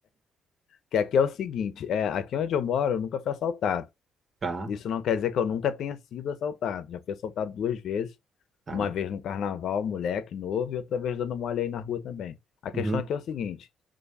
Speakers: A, on the left; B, on the right.
A: Que aqui é o seguinte, é, aqui onde eu moro, eu nunca fui assaltado.
B: Tá,
A: Isso não quer dizer que eu nunca tenha sido assaltado. Já fui assaltado duas vezes.
B: tá.
A: Uma vez no carnaval, moleque novo, e outra vez dando mole aí na rua também. A questão
B: Uhum,
A: aqui é o seguinte: